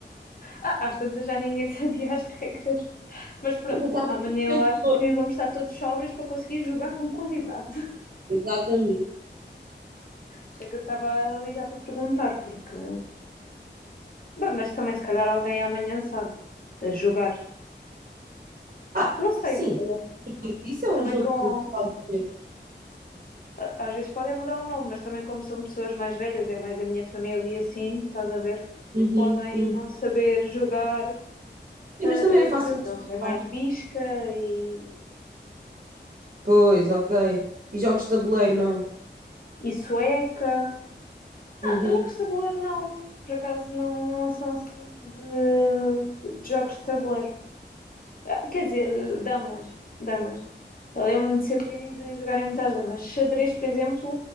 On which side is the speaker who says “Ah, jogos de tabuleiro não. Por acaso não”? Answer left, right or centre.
Left